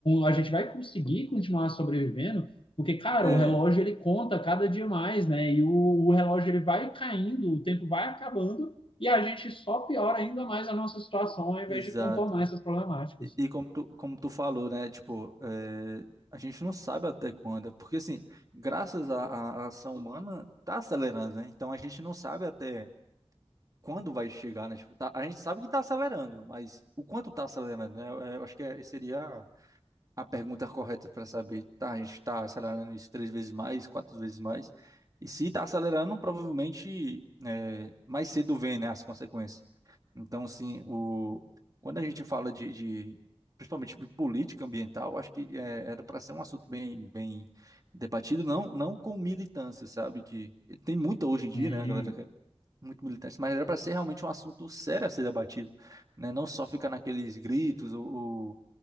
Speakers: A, on the left (about 55°); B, on the right (about 35°).
A: a gente vai conseguir continuar sobrevivendo? Porque, cara,
B: É,
A: o relógio ele conta cada dia mais, né? E o, o relógio ele vai caindo, o tempo vai acabando e a gente só piora ainda mais a nossa situação ao invés
B: exato.
A: de contornar essas problemáticas.
B: E, e como tu, como tu falou, né? Tipo, é, a gente não sabe até quando. é Porque, assim, graças à, à- à ação humana, tá acelerando, né? Então a gente não sabe até quando vai chegar, né? Tipo, tá- a gente sabe que tá acelerando, mas o quanto tá acelerando, né? Eu, eu acho que é- seria a pergunta correta para saber, tá, a gente está acelerando isso três vezes mais, quatro vezes mais, e se está acelerando, provavelmente é, mais cedo vem, né, as consequências. Então, assim, o, quando a gente fala de, de- principalmente de política ambiental, acho que é, era para ser um assunto bem, bem debatido, não, não com militância, sabe, que tem muita hoje em dia,
A: Sim,
B: né, a galera que é muito militante, mas era para ser realmente um assunto sério a ser debatido, né, não só ficar naqueles gritos ou